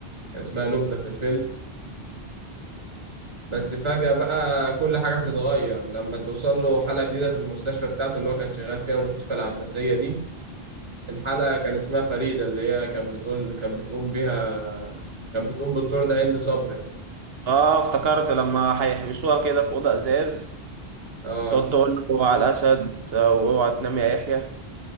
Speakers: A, on the right; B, on the right.
A: كان اسمها لبنى في الفيلم بس فجأة بقى كل حاجة بتتغير لما توصل له حالة جديدة في المستشفى بتاعته اللي هو كان شغال فيها المستشفى العباسية دي الحلقة كان اسمها فريدة اللي هي كانت بتقول كانت بتقوم بيها كانت بتقوم بالدور ده هند صبري
B: اه افتكرت لما هيحبسوها كده في اوضه ازاز
A: اه
B: تقعد تقول له على الاسد آه، واوعى تنام يا يحيى